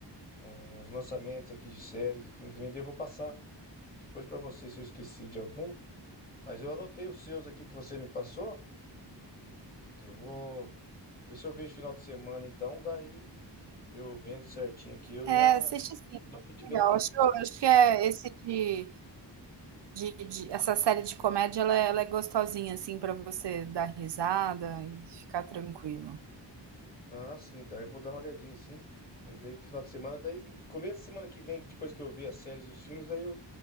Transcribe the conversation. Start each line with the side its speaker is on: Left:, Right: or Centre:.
Left: uns lançamentos aqui de séries e filmes também, daí eu vou passar depois para você se eu esqueci de algum, mas eu anotei os seus aqui que você me passou, eu vou ver se eu vejo final de semana então, daí... Eu vendo certinho aqui, eu
Right: É,
Left: já
Right: assiste sim,
Left: dou
Right: vai
Left: um
Right: ser
Left: feedback.
Right: legal. Acho eu acho que é esse de de de essa série de comédia, ela é ela é gostosinha, assim, pra você dar risada e ficar tranquilo.
Left: Ah, sim, então eu vou dar uma olhadinha, sim. Mas daí no final de semana, daí começo da semana que vem, que depois que eu ver as séries e os filmes, daí eu,